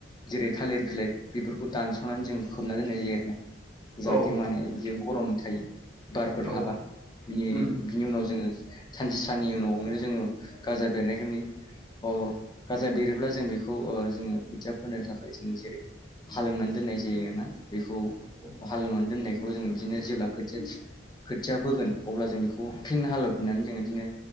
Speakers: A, on the left; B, in the centre.
A: जेरै थालिर बिलाइ बेफोरखौ दानस'नानै जों खोबना दोननाय जायो आरोना जाहाथे
B: औ
A: माने बियो गरम थायो बारफोर
B: औ
A: हाबा बियो
B: उम
A: बिनि उनाव जोङो सानसे साननै उनावनो जोङो गाजा बेरनायखौ नुयो अ गाजा बेरोब्ला जों बेखौ ओ जोङो खोथिया फोनो थाखाय जों जेरै हालेवनानै दोननाय जायो आरोना बेखौ
B: औ
A: हालेवनानै दोननायखौ जोङो बिदिनो जेब्ला ख खोथिया फोगोन अब्ला जों बेखौ फिन हालेवफिननानै जों बिदिनो